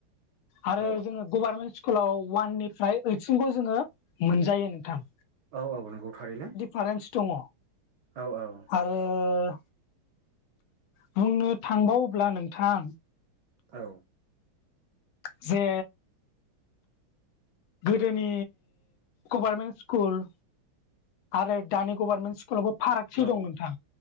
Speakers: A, on the left (about 75°); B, on the right (about 65°).
A: आरो
B: औ
A: जो गभारनमेन्ट स्कुलाव ववाननिफ्राय ओइदसिमखौ जोङो मोनजायो नोंथां
B: औ औ नंगौ थारैनो
A: फारेन्स दङ
B: औ औ
A: आरो बुंनो थांबाव्ला नोंथां
B: औ
A: जे गोदोनि गभारमेन्ट स्कुल आरो दानि गभारमेन्ट स्कुलावबो फारागथि
B: औ
A: दं नोंथां